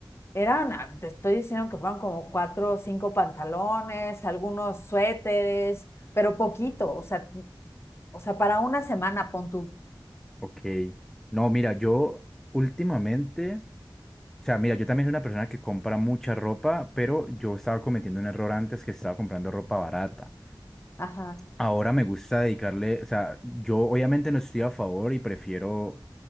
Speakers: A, on the left; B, in the centre.
A: Eran, ah, te estoy diciendo que fueron como cuatro o cinco pantalones, algunos suéteres, pero poquito, o sea, o sea, para una semana, pon tú.
B: Ok. No, mira, yo últimamente... O sea, mira, yo también soy una persona que compra mucha ropa, pero yo estaba cometiendo un error antes que estaba comprando ropa barata.
A: Ajá,
B: Ahora me gusta dedicarle, o sea, yo obviamente no estoy a favor y prefiero,